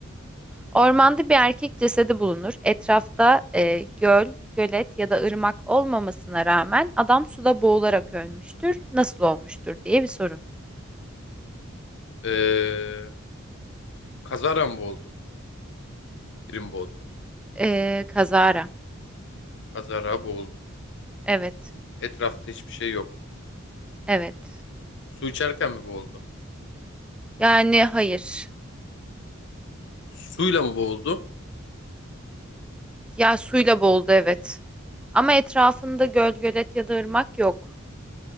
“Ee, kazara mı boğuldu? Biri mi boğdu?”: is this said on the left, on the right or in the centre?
Left